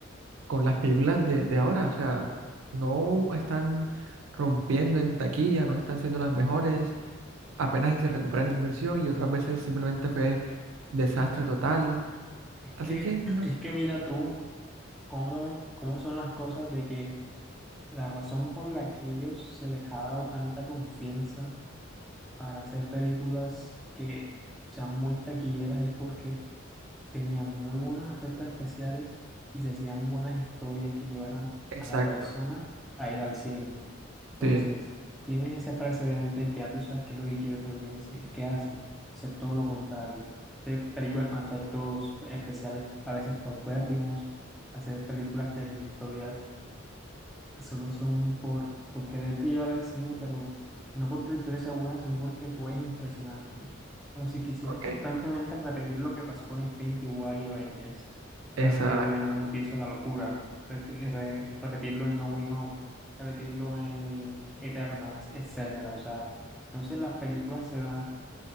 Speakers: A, on the right; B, in the centre.
A: con las películas de, de ahora, o sea, no están rompiendo en taquilla, no están siendo las mejores, apenas y se recuperan inversión y otras veces simplemente fue desastre total.
B: Es
A: Así
B: que,
A: que no
B: es
A: es-
B: que mira tú cómo, cómo son las cosas de que La razón por la que ellos se les ha dado tanta confianza para hacer películas que sean muy taquilleras es porque tenían muy buenos efectos especiales y se hacían buenas historias que llevaran
A: Exacto,
B: a la persona a ir al cine. Entonces,
A: sí,
B: tienes ese precedente en que ya tú sabes qué es lo que quiere tu audiencia y qué haces, hacer todo lo contrario. Hacer películas con efectos especiales a veces paupérrimos, hacer películas que las historias Solo son por, por quererte llevar al cine, pero no porque la historia sea buena, sino porque tú es impresionante. Como si quisieras
A: ok,
B: constantemente repetir lo que pasó con Infinity War y Avengers.
A: exacto.
B: Repetirlo en Multiverso de la locura. reti- re- repetirlo en No Way Home. Repetirlo en Eternals, etcétera. O sea, entonces las películas se van,